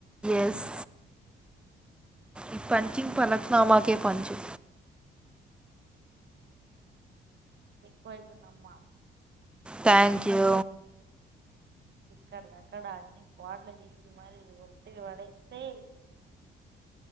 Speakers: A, in the centre; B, on the right.
A: ఎస్ ఈ పంచింగ్ పలక్నామాకే పంచు
B: ఎక్కువ అయితుందమ్మా
A: థ్యాంక్ యూ
B: ఇక్కడ దక్కడ అన్ని పాట్లు పిడిచి మరి ఒటిగా పడేస్తే